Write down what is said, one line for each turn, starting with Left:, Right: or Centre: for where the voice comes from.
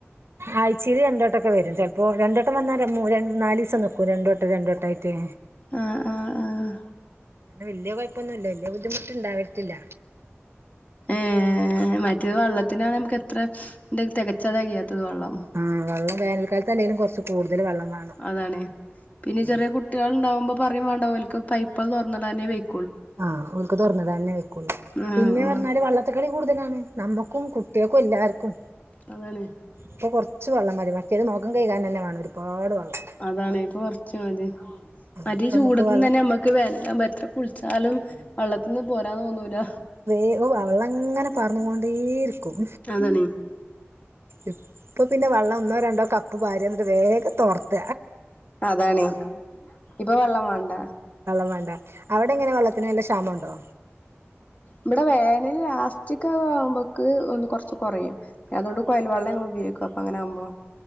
Right: ആഴ്ച്ചീല് രണ്ടോട്ടൊക്കെ വരും. ചെൽപ്പോ രണ്ടോട്ടം വന്നാ ര മൂ രൻ നാലീവസം നിക്കും ഇപ്പൊ രണ്ടോട്ടം രണ്ടോട്ടായിട്ടേ.
Left: ആഹ് ആഹ് ആഹ്
Right: വല്ല്യ കൊഴപ്പൊന്നൂല്ല. വല്ല്യ ബുദ്ധിമുട്ടുണ്ടാവത്തില്ല
Left: ഏ മറ്റ് വെള്ളത്തിനാണ് നമുക്ക് എത്ര എന്തേൽ തെകച്ച തെകയാത്തത് വെള്ളം.
Right: ഉം വെള്ളം വേനൽകാലത്ത് അല്ലെങ്കിലും കുറച്ച് കൂടുതൽ വെള്ളം വേണം.
Left: അതാണ്. പിന്നെ
Right: ഉം
Left: ചെറിയ കുട്ടികൾ ഉണ്ടാവുമ്പോ പറയും വേണ്ട ഓല്ക്ക് പൈപ്പ് തുറന്നിടാനേ വെയ്
Right: ആ ഓൽക്ക് തൊറന്നിടാനന്നേ വയ്ക്കുള്ളൂ
Left: ആഹ്
Right: പിന്നെ പറഞ്ഞാല് വള്ളത്തിക്കളി കൂടുതലാണ്. നമ്മക്കും കുട്ടേക്കും എല്ലാർക്കും
Left: അതാണെ
Right: ഇപ്പൊ കുറച്ച് വെള്ളം മതി. മറ്റേത് മുഖം കയ്കാൻ തന്നെ വേണം ഒരുപാട് വെള്ളം.
Left: അതാണ് ഇപ്പൊ കുറച്ച് മതി. മറ്റേ
Right: ഇപ്പൊ
Left: ചൂടത്തിന്ന്
Right: നമുക്ക് വെള്ളം
Left: തന്നെ നമ്മക്ക് വേനലാകുമ്പം എത്ര കുളിച്ചാലും വെള്ളത്തിന്ന് പോരാൻ തോന്നൂല
Right: <unintelligible> വെള്ളങ്ങനെ പാർന്നുകൊണ്ടേയിരിക്കും.
Left: അതാണ്
Right: ഇപ്പൊ പിന്നെ വെള്ളം ഒന്നോ രണ്ടോ കപ്പ് പാരുക. എന്നിട്ട് വേഗം തോർത്ത
Left: അതാണേ. ഇപ്പൊ വെള്ളം വേണ്ട
Right: വെള്ളം വേണ്ട. അവിടെങ്ങനെ വെള്ളത്തിന് നല്ല ക്ഷാമണ്ടോ?
Left: ഇവിടെ വേനൽ ലാസ്റ്റ്ക്ക്‌ ആവുമ്പോക്ക് ഒന്ന് കൊറച്ച് കൊറയും ഞാ അതൊണ്ട് കൊയൽ വെള്ള ഞങ്ങൾ ഉപയോഗിക്ക അപ്പൊ അങ്ങനെ ആവുമ്പോ.